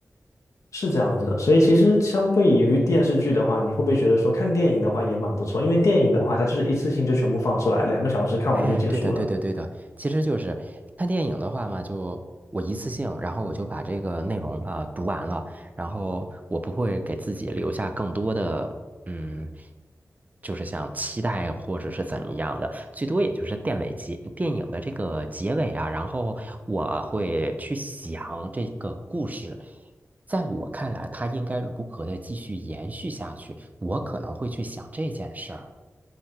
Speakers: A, on the left; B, on the right.
A: 是这样子的。所以其实相对于电视剧的话，你会不会觉得说看电影的话也蛮不错？因为电影的话，它就是一次性就全部放出来，两个小时看完就结束了。
B: 哎，对的，对的，对的，其实就是看电影的话嘛，就我一次性，然后我就把这个内容哈、读完了，然后我不会给自己留下更多的，嗯，就是像期待或者是怎么样的，最多也就是电尾结电影的这个结尾啊，然后我会去想这个故事，在我看来，它应该如何的继续延续下去，我可能会去想这件事儿。